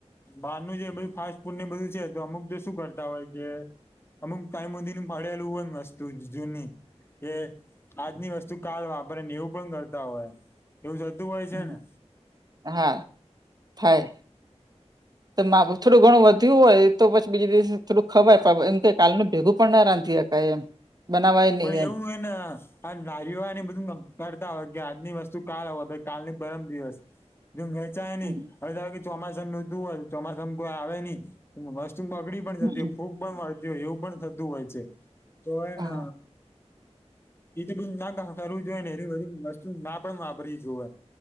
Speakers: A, on the left; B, on the right.
A: બહારનું જે બધું ફાસ્ટ ફૂડને બધું છે તો અમુક શું કરતા હોય કે અમુક ટાઈમ હુધી મને પડેલુ હોય વસ્તુ જૂની કે આજની વસ્તુ કાલ વાપરે ને એવું પણ કરતા હોય એવું થતું હોય છે
B: હમ.
A: ને
B: હા થાય
A: હ <inaudible>
B: તો થોડું ઘણું વધ્યું હોય તો પછી બીજ દિવસે થોડું ખવાય એમ કે કાલનું ભેગું પણ ના રાંધી હકાય એમ બનાવાય નહી
A: પણ
B: એમ
A: એવું એને આ લારીઓને બધું કરતા હોય કે આજની વસ્તુ કાલ હોય કાલની પરમ દિવસ વેચાય નઈ
B: હમ,
A: હવે ધારો કે ચોમાસા ની ઋતુ હોય ચોમાસા માં કોઈ આવે નઈ વસ બગડી પણ
B: હમ,
A: જતી હોય ફૂગ પણ વળતી હોય એવું પણ થતું હોય છે તો એને
B: હા
A: એ તો બધુ ના કરવું જોઈય ને એ બધી વસ્તુ ના પણ વાપરવી જોવે